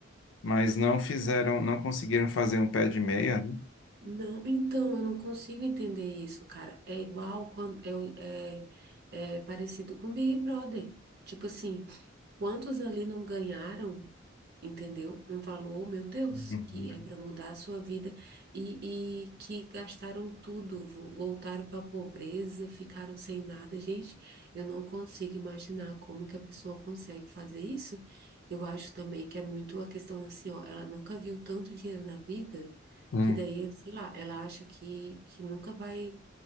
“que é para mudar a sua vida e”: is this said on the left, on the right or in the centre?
Right